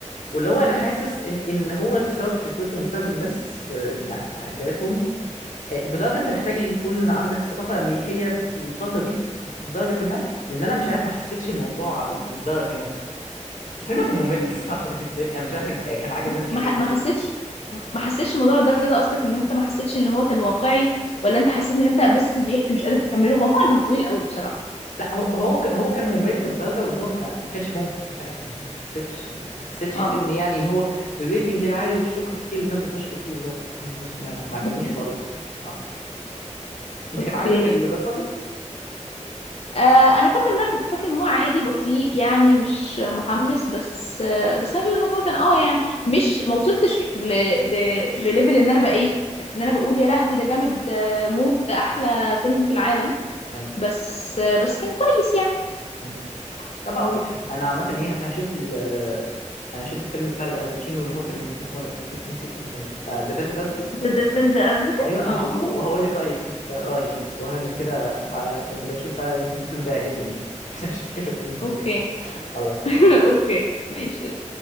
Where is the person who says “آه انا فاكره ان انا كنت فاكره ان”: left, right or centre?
Left